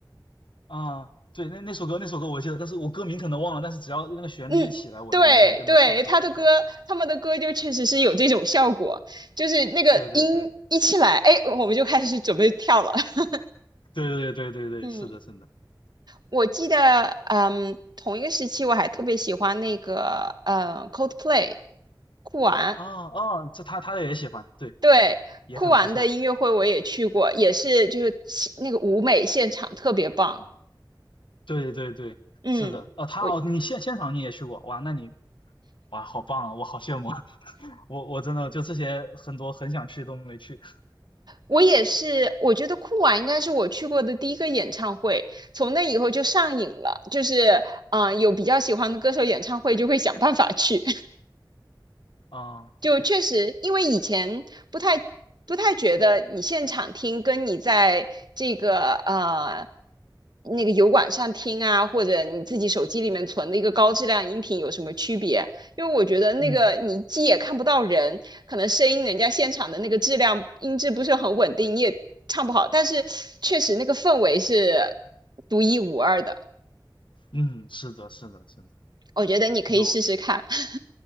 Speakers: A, on the left (about 80°); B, on the right (about 60°).
A: 啊，对，那那首歌那首歌我记得，但是我歌名可能忘了，但是只要那个旋律一起来，
B: 嗯，
A: 我就能够跟着唱出来。
B: 对对，他的歌，
A: 对
B: 他们的歌就确实是有这种效果，就是那个音一起来，
A: 对对对。
B: 哎，我们就开始准备跳了。<laughs>
A: 对对对对对，
B: 嗯，
A: 是的，是的。
B: 我记得，嗯，同一个时期我还特别喜欢那个，呃，Coldplay，酷玩，
A: 哦哦，这他他也喜欢，对，
B: 对，
A: 也很不错。
B: 酷玩的音乐会我也去过，也是就是现那个舞美现场特别棒。
A: 对对对，
B: 嗯。
A: 是的。哦，他哦，
B: 我。
A: 你现现场你也去过，哇，那你哇，好棒啊，我好羡慕啊。<laughs> 我我真的就这些很多很想去都没去。
B: 我也是，我觉得酷娃应该是我去过的第一个演唱会，从那以后就上瘾了，就是嗯、呃有比较喜欢的歌手演唱会就会想办法去。
A: 啊，
B: 就确实，
A: 可以。
B: 因为以前不太不太觉得你现场听跟你在这个呃那个油管上听啊，或者你自己手机里面存的一个高质量音频有什么区别？因为我觉得那个你既也看不到人，
A: 嗯
B: 可能声音人家现场的那个质量音质不是很稳定，你也唱不好，但是确实那个氛围是独一无二的，
A: 嗯，是的，是的，是的，
B: 我觉得你可以试试看。
A: 有，
B: <laughs>